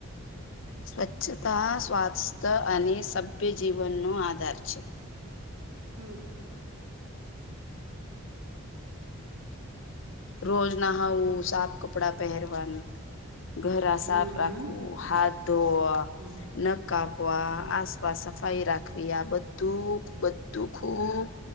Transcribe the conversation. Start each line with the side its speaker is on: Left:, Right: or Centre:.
Left: સ્વચ્છતા સ્વાસ્થ અને સભ્ય જીવનનો આધાર છે.
Right: હમ
Left: રોજ નહાવું,
Right: હમ
Left: સાફ કપડાં પહેરવા ઘરા સાફ
Right: હમ
Left: રાખવું,
Right: હમ
Left: હાથ ધોવા,
Right: હમ
Left: નખ કાપવા,
Right: હમ
Left: આસ વા, સફાઈ રાખવી આ બધું બધું ખૂબ